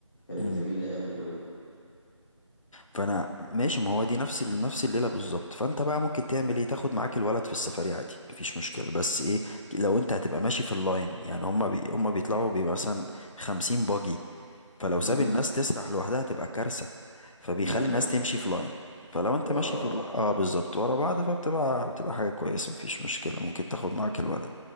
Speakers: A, on the left; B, on the left.
A: كانت
B: امم
A: جميله قوي قوي
B: فانا ماشي ما هو دي نفس ال- نفس الليله بالظبط فانت بقى ممكن تعمل ايه تاخد معاك الولد في السفريه عادي مفيش مشكله بس ايه لو انت هتبقى ماشي في اللاين يعني هما بي... هما بيطلعوا بيبقى مثلا 50 باجي فلو ساب
A: امم
B: الناس تسرح لوحدها تبقى كارثة فبيخلي
A: لا طبعا
B: الناس تمشي في لاين فلو انت
A: ورا
B: ماشي
A: بعض
B: في ال... اه بالظبط ورا بعض فبتبقى بتبقى حاجة كويسة مفيش مشكلة ممكن تاخد معاك الولد